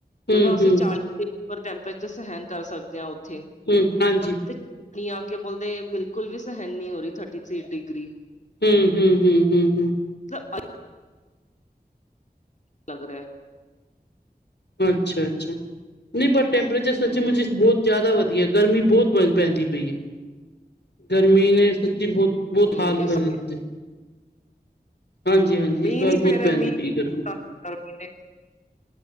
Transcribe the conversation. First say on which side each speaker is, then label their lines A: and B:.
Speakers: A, on the left; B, on the left.
A: ਹੂੰ,
B: ਜਦੋਂ ਅਸੀਂ
A: ਹੂੰ,
B: ਚਾਲੀ ਡਿਰ ਟੈਂਪਰੇਚਰ ਸਹਿਣ ਕਰ ਸਕਦੇ ਹਾਂ ਉੱਥੇ
A: ਹੂੰ, ਹਾਂਜੀ।
B: ਪਰ ਕਈ ਆ ਕੇ ਬੋਲਦੇ ਬਿਲਕੁਲ ਵੀ ਸਹਿਣ ਨੀ ਹੋ ਰਹੀ ਥਰਟੀ ਥ੍ਰੀ ਡਿਗਰੀ।
A: ਹੂੰ ਹੂੰ ਹੂੰ ਹੂੰ ਹੂੰ।
B: ਮਤਲਬ ਅੱਜ ਲਗ ਰਿਹਾ।
A: ਅੱਛਾ-ਅੱਛਾ, ਨੀ ਪਰ ਟੈਂਪਰੇਚਰ ਸੱਚੀ
B: ਹੂੰ,
A: ਮੁਚੀ ਬਹੁਤ ਜ਼ਿਆਦਾ ਵਧੀਆ ਗਰਮੀ ਬਹੁਤ ਪੈਂਦੀ ਪਈ ਏ, ਗਰਮੀ ਨੇ ਸੱਚੀ ਬਹੁਤ ਬਹੁਤ
B: ਹੂੰ
A: ਹਾਲ
B: ਇਸ
A: ਕਰ ਦਿੱਤੇ। ਹਾਂਜੀ-ਹਾਂਜੀ
B: ਹਮ, ਮੀਂਹ
A: ਇਸ ਵਾਰ
B: ਨੀ
A: ਬਹੁਤ
B: ਪੈ ਰਿਹਾ,
A: ਪੈਂਦੀ
B: ਮੀਂਹ
A: ਪਈ ਏ ਗਰਮੀ।
B: ਗਰਮੀ ਦੇ